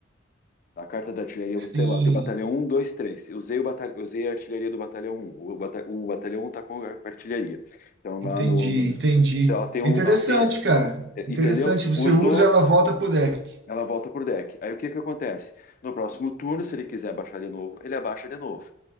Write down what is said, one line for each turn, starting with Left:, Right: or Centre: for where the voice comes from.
Left: A carta da artilharia, você
Right: Sim,
Left: tem lá, tem o batalhão um, 2, 3. Eu usei, o batalhão, usei a artilharia do batalhão um. O, bata- o batalhão um está com a artilharia. Então, lá
Right: entendi,
Left: no, no-
Right: entendi.
Left: então, ela tem um.
Right: É interessante,
Left: Ela tem,
Right: cara.
Left: é,
Right: Interessante.
Left: entendeu?
Right: Você
Left: Usou,
Right: usa, ela volta pro deck.
Left: ela volta pro deck. Aí o que que acontece? No próximo turno, se ele quiser abaixar de novo, ele abaixa de novo.